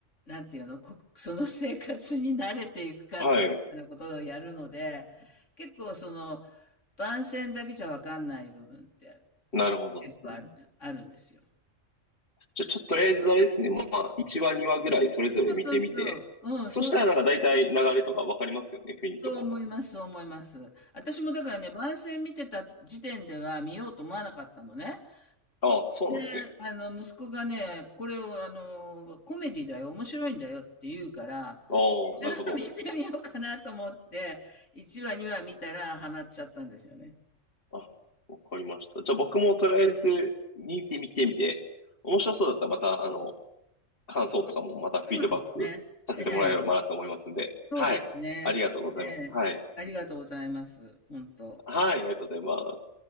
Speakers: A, on the left; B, on the left.
A: う、なんていうの、こその生活に慣れていくかっていうようなことをやるので、
B: はい。
A: 結構その、番宣だけじゃわかんない部分って
B: なるほどですね。
A: 結構あるね、あるんですよ。
B: じゃあ、ちょっととりあえずあれですね、まあ、1話、2話ぐらいそれぞれ見てみて、
A: そうそうそう。うん、
B: そしたらなんか大体流れとかわかりますよね、
A: そうだ。
B: 雰囲気とかも。
A: そう思います、そう思います。私もだからね、番宣見てた時点では見ようと思わなかったのね。
B: ああ、そうなんですね。
A: であの、息子がね、これをあの、コメディだよ、面白いんだよって言うから、
B: ああ、
A: じゃあ見てみようかなと思って、
B: なるほど。
A: 1話、2話見たらハマっちゃったんですよね。
B: あ、わかりました。じゃあ、僕もとりあえず見てみてみて、面白そうだったらまた、あの、感想とかもまたフィードバックさせてもらえればなと思いますんで、
A: そうですね。ええ、そうですね。
B: はい。ありがとうございます。
A: ええ、
B: はい。
A: ありがとうございます。本当。
B: はい、ありがとうございます。